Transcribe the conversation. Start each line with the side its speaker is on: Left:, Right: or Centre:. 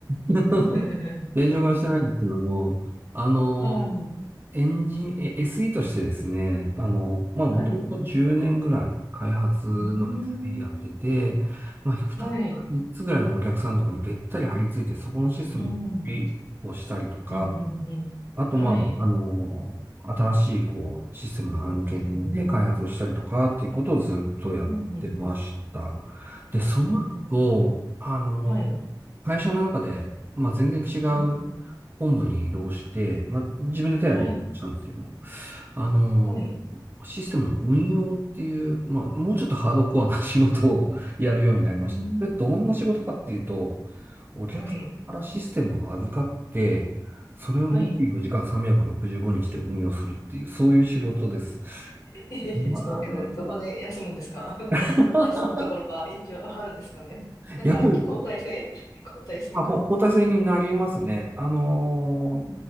Right: <laughs>
Left: <laughs>
Right: 転職はしてないんですけども、あの、
Left: はい。
Right: エンジン、え、SE としてですね、あの、まあ、もともと10年ぐらい開発の
Left: はい。うーん。
Right: SE やってて、まあ、2つ、
Left: はい。
Right: 3つぐらいのお客さんのところにべったり張り付いて、そこのシステムの管理をしたりとか、
Left: うん。うん、うん、うん。
Right: あと、
Left: はい。
Right: まあ、あの、新しい、こう、システムの案件で開発をしたりとかっていうことをずっとやってました。
Left: そうですねうん、うん。
Right: で、その後、
Left: うん、うん。うん
Right: あの、
Left: はい、
Right: 会社の中で、まあ、全然違う
Left: うんうん
Right: 本部に移動して、まあ、自分で手を挙げてしたんですけど、
Left: はい。うん、
Right: あの、
Left: う
Right: システムの運用っていう、まあ、もうちょっとハードコアな仕事をやるようになりました。
Left: うん、うん。
Right: これどんな仕事かっていうと、
Left: う
Right: お客さんからシステムを預かって、
Left: んはい。
Right: それを24時間365日で運用するっていう、
Left: はい。
Right: そういう仕事です。
Left: <laughs> えへへちょっと待ってください。
Right: まあ、
Left: どこで休むんですか
Right: <laughs>
Left: <laughs> 休むところは一応あるんですかね。なんか、
Right: やっぱり、
Left: 交代制交代制か。
Right: まあ、こう交代制になりますね。あのー
Left: うん、う